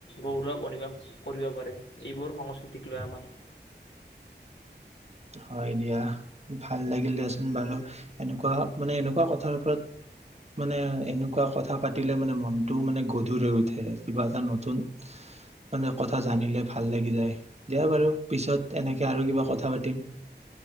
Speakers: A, on the left (about 85°); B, on the right (about 35°).
A: গৌৰৱ অনুভৱ কৰিব পাৰে এইবোৰ সংস্কৃতিক লৈ আমাৰ।
B: হয় দিয়া। ভাল লাগিল দিয়াচোন বাৰু এনেকুৱা মানে এনেকুৱা কথাৰ ওপৰত মানে এনেকুৱা কথা পাতিলে মানে মনটো মানে গধুৰ হৈ উঠে কিবা এটা নতুন মানে কথা জানিলে ভাল লাগি যায়, দিয়া বাৰু পিছত এনেকে আৰু কিবা কথা পাতি তিম